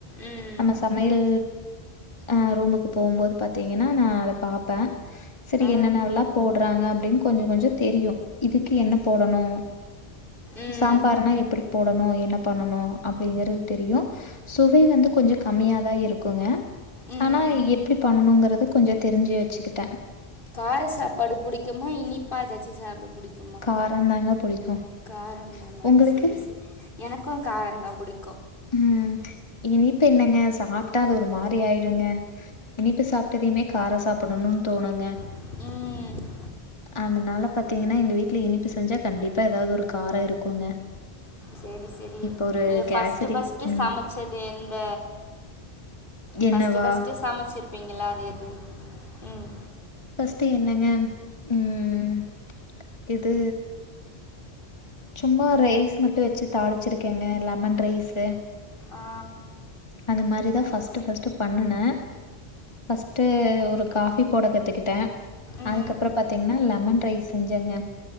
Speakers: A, on the left (about 55°); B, on the left (about 25°).
A: ம்
B: நம்ம சமையல் ஆ ரூமுக்கு போம்போது பாத்தீங்கன்னா நா அத பாப்பே சரி
A: ஆ
B: என்னனவெல்லா போட்றா அப்டின்னு கொஞ்ச கொஞ்ச தெரியு இதுக்கு என்ன போடணு
A: ம்
B: சாம்பார்னா எப்படி போடணு என்ன பண்ணணு அப்டிங்கறது தெரியு சுவை வந்து கொ கொஞ்ச கம்மியாதா இருக்குங்க
A: ம்
B: ஆனா எப்டி பண்ணணுங்கறத கொஞ்ச தெரிஞ்சு வச்சுக்கிட்டே
A: கார சாப்பாடு புடிக்குமா இனிப்பா எதாச்சு சாப்ட புடிக்
B: காரம் தாங்க புடிக்கும்.
A: காரம் தானா
B: உங்களுக்கு?
A: சரி சரி எனக்கு கார தா புடிக்கு
B: ம் இனிப்பு என்னங்க சாப்ட்டா அது ஒரு மாரி ஆயிடுங்க இனிப்பு சாப்ட்டதையுமே கார சாப்படனு சாப்பிடணும் தோணுங்க
A: ம்
B: அந்தனால பாத்தீங்கன்னா எங்க வீட்ல இனிப்பு செஞ்சா கண்டிப்பா எதாது ஒரு கார இருக்குங்க
A: சேரி சேரி
B: இப்ப ஒரு
A: நீங்க ஃபஸ்ட்டு
B: கேசரி
A: ஃபஸ்ட்டு
B: ம்
A: சமச்சது எந்த
B: என்னவா
A: ஃபஸ்ட்டு ஃபஸ்ட்டு சமச்சிரு ப்பிங்கள அது எது ம்
B: டு என்னங்க ம் இது சும்மா ரைஸ் மட்டு வச்சு தாளிச்சிருக்கங்க லெமன் ரைசு
A: ஆ
B: அது மாரி தா ஃபஸ்ட்டு ஃபஸ்ட்டு பன்னுன ஃபஸ்ட்டு ஒரு காஃபி போட கத்துகிட்ட
A: ம்
B: அதுக்கப்பற பாத்தீங்கனா லெமன் ரைஸ் செஞ்சங்க